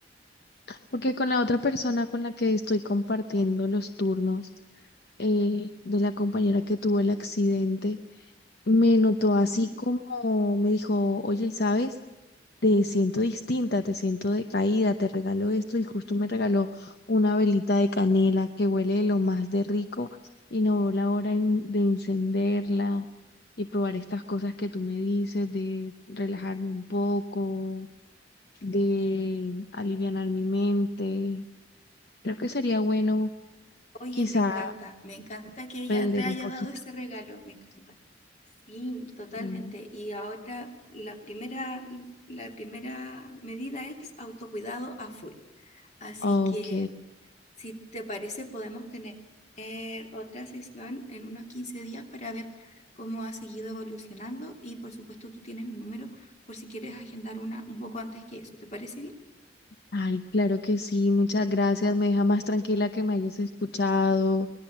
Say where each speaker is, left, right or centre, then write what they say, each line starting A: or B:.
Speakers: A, on the left; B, on the left.
A: porque con la otra persona con la que estoy compartiendo los turnos, eh, de la compañera que tuvo el accidente, me notó así
B: Ujú.
A: como me dijo, oye, ¿sabes? te siento distinta, te siento decaída, te regalo esto y justo me regaló una velita de canela que huele de lo más de rico y no veo la hora en- de encenderla y probar estas cosas que tú me dices, de relajarme un poco, de alivianar mi mente. Creo que sería bueno
B: Oye,
A: quizá
B: me encanta, me encanta que ella
A: aprender
B: te haya
A: un poquito.
B: dado ese regalo, me encanta. Sí, totalmente.
A: Y,
B: Y ahora la primera, la primera medida es autocuidado a full. Así
A: ok.
B: que, si te parece, podemos tener otra sesión en unos 15 días para ver cómo ha seguido evolucionando. Y por supuesto, tú tienes mi número por si quieres agendar una un poco antes que eso. ¿Te parece bien?
A: Ay, claro que sí, muchas gracias. Me deja más tranquila que me hayas escuchado